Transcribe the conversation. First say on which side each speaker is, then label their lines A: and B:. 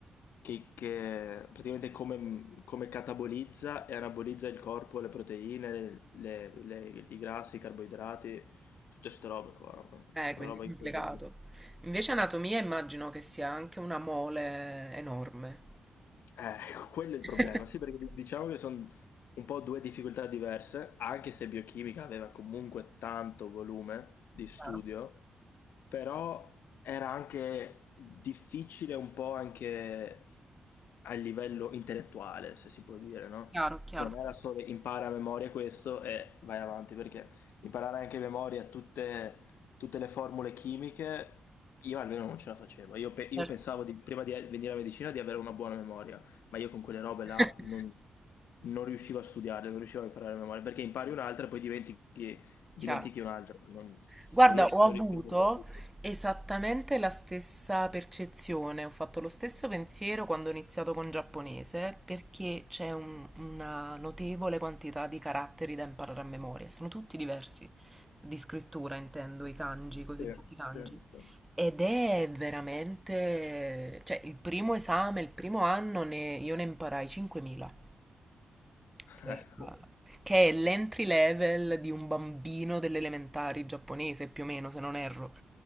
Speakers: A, on the left; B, in the centre.
A: che- che praticamente come, come catabolizza e anabolizza il corpo, le proteine, le- le- i grassi, i carboidrati, tutte queste robe qua,
B: Eh,
A: una
B: quindi
A: roba
B: è complicato.
A: incredibile.
B: Invece anatomia immagino che sia anche una mole enorme.
A: Eh, <laughs> quello è il
B: <laughs>
A: problema, sì, perché di- diciamo che sono un po' due difficoltà diverse, anche se biochimica aveva comunque tanto volume di studio,
B: Chiaro,
A: però era anche difficile un po' anche a livello intellettuale, se si può dire, no?
B: chiaro, chiaro.
A: Non era solo impara a memoria questo e vai avanti, perché imparare anche a memoria tutte, tutte le formule chimiche, io almeno non ce la facevo. Io, pe- io
B: Certo.
A: pensavo di- prima di venire a medicina di avere una buona memoria, ma io con quelle robe
B: <laughs>
A: là non, non riuscivo a studiarle, non riuscivo a imparare a memoria, perché impari un'altra e poi dimentichi, dimentichi
B: Chiaro.
A: un'altra. Non-
B: Guarda,
A: non riesco,
B: ho avuto
A: non riesco a ricordare tutto.
B: esattamente la stessa percezione, ho fatto lo stesso pensiero quando ho iniziato con giapponese, perché c'è un- una notevole quantità di caratteri da imparare a memoria, e sono tutti diversi, di scrittura intendo, i kanji, i cosiddetti
A: Sì,
B: kanji.
A: sì, sì.
B: Ed è veramente, cioè il primo esame, il primo anno ne- io ne imparai 5.000,
A: <laughs>
B: che
A: Ecco.
B: che è l'entry level di un bambino delle elementari giapponese più o meno, se non erro.